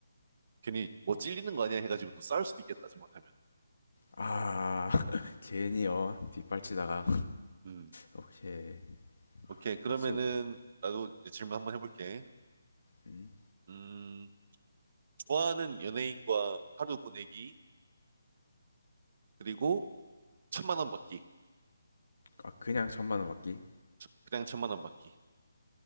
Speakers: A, on the right; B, on the left.
A: 괜히 뭐 찔리는 거 아니야 해가지고 또 싸울 수도 있겠다, 잘못하면.
B: 아, <laughs> 괜히요. 뒷발치다가.
A: 음.
B: 오케이.
A: 오케이. 그러면은
B: 그렇지. 뭐.
A: 나도 이제 질문 한번 해볼게.
B: 음.
A: 음, 좋아하는 연예인과 하루 보내기, 그리고 천만 원 받기.
B: 아, 그냥 천만 원 받기.
A: 천- 그냥 천만 원 받기.